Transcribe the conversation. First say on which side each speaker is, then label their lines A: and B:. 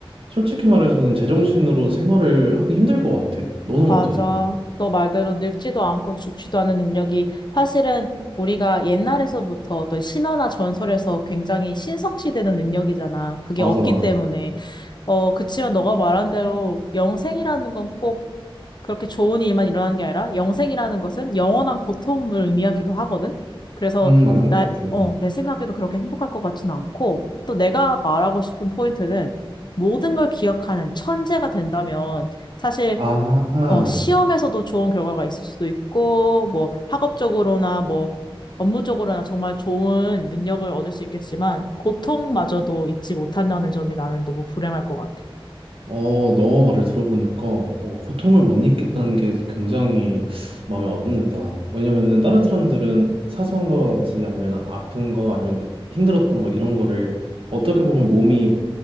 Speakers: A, on the right; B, on the left.
A: 솔직히 말해서는 제정신으로 생활을 하기 힘들 것 같아. 너는
B: 맞아.
A: 어떻게 생각해?
B: 너 말대로 늙지도 않고 죽지도 않은 능력이 사실은 우리가 옛날에서부터 어떤 신화나 전설에서 굉장히 신성시되는 능력이잖아. 그게
A: 맞아,
B: 없기
A: 맞아.
B: 때문에. 어, 그치만 너가 말한 대로 영생이라는 건 꼭 그렇게 좋은 일만 일어나는 게 아니라 영생이라는 것은 영원한 고통을 의미하기도 하거든. 그래서
A: 음, 맞는
B: 나,
A: 것 같아.
B: 어, 내 생각에도 그렇게 행복할 것 같지는 않고 또 내가 말하고 싶은 포인트는 모든 걸 기억하는 천재가 된다면 사실
A: 아,
B: 어, 시험에서도 좋은 결과가 있을 수도 있고, 뭐, 학업적으로나 뭐, 업무적으로나 정말 좋은 능력을 얻을 수 있겠지만, 고통마저도 잊지 못한다는 점이 나는 너무 불행할 것 같아.
A: 어, 너 말을 들어보니까 어, 고통을 못 느꼈다는 게 굉장히 마음에 와닿는다. 왜냐면은 다른 사람들은 사소한 거라든지 아니면 아픈 거 아니면 힘들었던 거 이런 거를 어떻게 보면 몸이